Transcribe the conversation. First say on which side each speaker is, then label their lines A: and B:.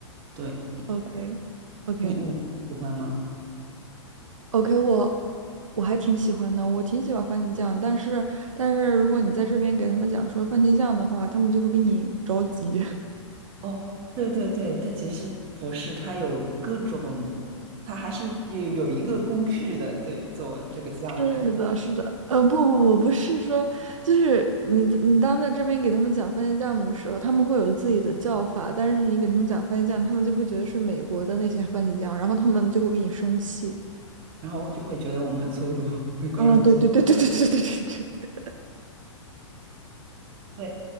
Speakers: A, on the right; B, on the right.
A: 对，
B: OK OK
A: 你你喜欢吗？
B: OK，我我还挺喜欢的，我挺喜欢番茄酱，但是但是如果你在这边给他们讲说番茄酱的话，他们就会给你着急。
A: 哦，对对对，它其实不是，它有各种，它还是有有一个工序的，对，做这个酱，
B: 是的，是的，呃，不不不，不是说，就是你你当在这边给他们讲番茄酱的时候，他们会有自己的叫法，但是你给他们讲番茄酱，他们就会觉得是美国的那些番茄酱，然后他们就会给你生气。
A: 然后我就会觉得我们很粗鲁，美国人很粗
B: 啊、对对对对对对对对对，
A: 对，